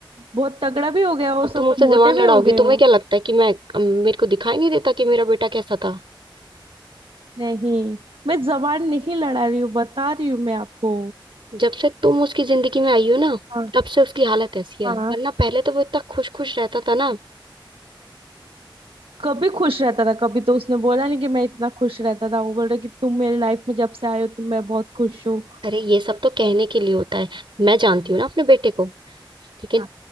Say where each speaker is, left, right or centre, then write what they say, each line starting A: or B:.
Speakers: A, on the right; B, on the right.
A: बहुत तगड़ा भी हो गया वो
B: अब
A: सब
B: तुम मुझसे
A: मोटे
B: जबान
A: भी
B: लड़ाओगी
A: हो गए हो
B: तुम्हें क्या लगता है कि मैं अम, मेरे को दिखाई नहीं देता कि मेरा बेटा कैसा था
A: नहीं मैं जबान नहीं लड़ा रही हूँ बता रही हूँ मैं आपको
B: जब से तुम उसकी जिंदगी में आई हो ना
A: हाँ
B: तब से उसकी हालत ऐसी है
A: हाँ
B: वरना पहले तो वो इतना खुश खुश रहता था ना
A: कभी खुश रहता था कभी तो उसने बोला नहीं कि मैं इतना खुश रहता था वो बोल रहा कि तुम मेरी लाइफ में जब से आए हो तुम मैं बहुत खुश हूँ
B: अरे ये सब तो कहने के लिए होता है मैं जानती हूँ ना अपने बेटे को लेकिन
A: हाँ